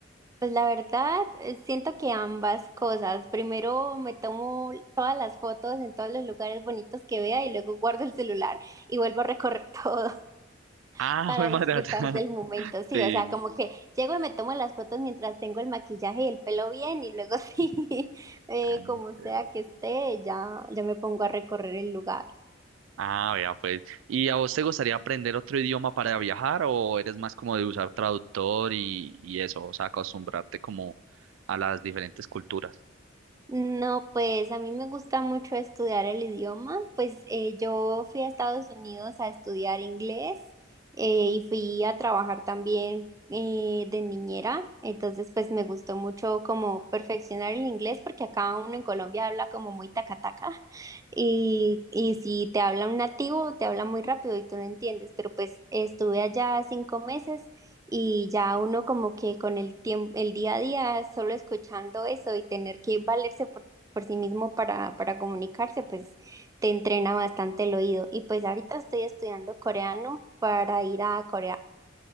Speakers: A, on the right (about 15°); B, on the right (about 80°).
A: Pues la verdad, eh, siento que ambas cosas. Primero me tomo todas las fotos en todos los lugares bonitos que vea y luego guardo el celular y vuelvo a recorrer todo <laughs>
B: Ah,
A: para
B: jue madre.
A: disfrutar
B: <laughs>
A: del momento. Sí,
B: Sí.
A: o sea, como que llego y me tomo las fotos mientras tengo el maquillaje y el pelo bien y luego <laughs> sí, eh,
B: Ah,
A: como
B: ok.
A: sea que esté, ya, ya me pongo a recorrer el lugar.
B: Ah, vea, pues. ¿Y a vos te gustaría aprender otro idioma para viajar o eres más como de usar traductor y, y eso, o sea, acostumbrarte como a las diferentes culturas?
A: No, pues a mí me gusta mucho estudiar el idioma. Pues eh, yo fui a Estados Unidos a estudiar inglés eh, y fui a trabajar también eh, de niñera. Entonces, pues me gustó mucho como perfeccionar el inglés porque acá uno en Colombia habla como muy tacataca <laughs> y, y si te habla un nativo, te habla muy rápido y tú no entiendes. Pero pues estuve allá cinco meses. Y ya uno como que con el tiempo, el día a día, solo escuchando eso y tener que valerse por, por sí mismo para, para comunicarse, pues te entrena bastante el oído. Y pues ahorita estoy estudiando coreano para ir a Corea.